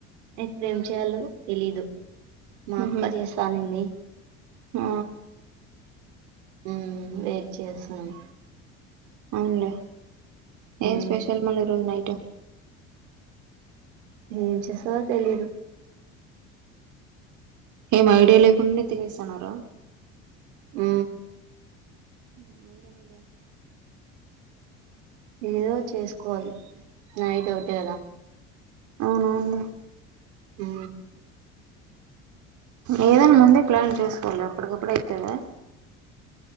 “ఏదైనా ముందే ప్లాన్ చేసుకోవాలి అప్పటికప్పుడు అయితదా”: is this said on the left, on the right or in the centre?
Right